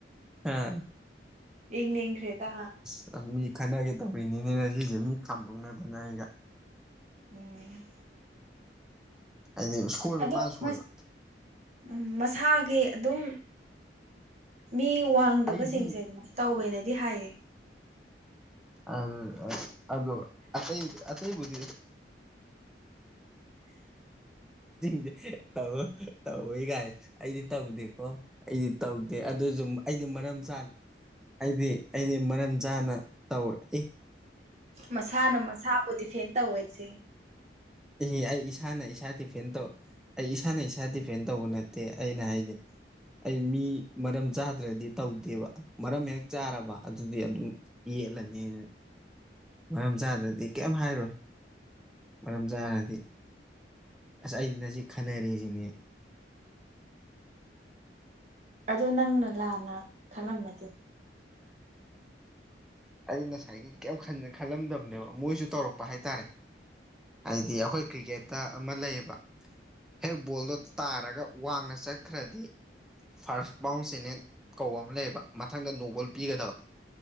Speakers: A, in the centre; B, on the right (about 40°).
A: ꯑꯥ
B: ꯌꯦꯡ ꯌꯦ꯭ꯔꯦꯗ
A: ꯑꯁ ꯃꯤ ꯈꯟꯅꯒꯦ ꯇꯧꯔꯤꯅꯤꯅꯦꯅ ꯁꯤꯁꯦ ꯃꯤ ꯈꯥꯝꯗꯣꯛꯅꯗꯅ ꯑꯩꯒ
B: ꯎꯝ
A: ꯑꯩꯗꯤ ꯁꯣꯏꯕ
B: ꯑꯗꯣꯁ
A: ꯃꯥꯅ ꯁꯣꯏꯕ
B: ꯝ ꯃꯁꯥꯒꯤ ꯑꯗꯨꯝ ꯃꯤ ꯋꯥꯡꯗꯕꯁꯤꯡꯁꯦ
A: ꯑꯩꯗꯤ
B: ꯑꯗꯨ ꯇꯧꯋꯦꯅꯗꯤ ꯍꯥꯏꯌꯦ
A: ꯑ ꯑꯗꯨꯗ ꯑꯇꯩꯩ ꯑꯇꯩꯩꯕꯨꯗꯤ ꯆꯦ ꯇ ꯇꯧ ꯀꯥꯏ ꯑꯩꯗꯤ ꯇꯧꯗꯦꯀꯣ ꯑꯩꯗꯤ ꯇꯧꯗꯦ ꯑꯗꯨꯁꯨ ꯑꯩꯗꯤ ꯃꯔꯝ ꯆꯥꯅ ꯑꯩꯗꯤ ꯑꯩꯗꯤ ꯃꯔꯝ ꯆꯥꯅ ꯇꯧꯋꯏ
B: ꯃꯁꯥꯅ ꯃꯁꯥꯕꯨ ꯗꯤꯐꯦꯟ ꯇꯧꯁꯦ
A: ꯑꯦ ꯑꯩ ꯏꯁꯥꯅ ꯏꯁꯥ ꯗꯤꯐꯦꯟ ꯇꯧ ꯑꯩ ꯏꯁꯥꯅ ꯏꯁꯥ ꯗꯤꯐꯦꯟ ꯇꯧꯕ ꯅꯠꯇꯦ ꯑꯩꯅ ꯍꯥꯏꯖꯩ ꯑꯩ ꯃꯤ ꯃꯔꯝ ꯆꯥꯗ꯭ꯔꯗꯤ ꯇꯧꯗꯦꯕ ꯃꯔꯝ ꯍꯦꯛ ꯆꯥꯔꯕ ꯑꯗꯨꯗꯤ ꯑꯗꯨꯝ ꯌꯦꯠꯂꯅꯤꯅ ꯃꯔꯝ ꯆꯥꯗꯗꯤ ꯀꯩꯝ ꯍꯥꯏꯔꯣꯏ ꯃꯔꯝ ꯆꯥꯔꯗꯤ ꯑꯁ ꯑꯩꯗꯤ ꯅ ꯁꯤ ꯈꯟꯅꯔꯁꯤꯅꯦ
B: ꯑꯗꯨꯗ ꯅꯪꯅ ꯂꯥꯟꯅ ꯈꯜꯂꯝꯃꯗꯤ
A: ꯑꯩ ꯉꯁꯥꯏꯒꯤ ꯀꯩꯝ ꯈꯜꯂꯝꯗꯕꯅꯦꯕ ꯃꯣꯏꯁꯨ ꯇꯧꯔꯛꯄ ꯍꯥꯏꯇꯥꯔꯦ ꯍꯥꯏꯗꯤ ꯑꯩꯈꯣꯏ ꯀ꯭ꯔꯤꯀꯦꯠꯇ ꯑꯃ ꯂꯩꯌꯦꯕ ꯍꯦꯛ ꯕꯣꯜꯗꯣ ꯇꯥꯔꯒ ꯋꯥꯡꯅ ꯆꯠꯈ꯭ꯔꯗꯤ ꯐꯥꯔꯁ ꯄꯕꯥꯥꯎꯟꯁꯤꯅꯦ ꯀꯧꯕ ꯑꯃ ꯂꯩꯌꯦꯕ ꯃꯊꯪꯗ ꯅꯣꯡꯕꯣꯜ ꯄꯤꯒꯗꯕ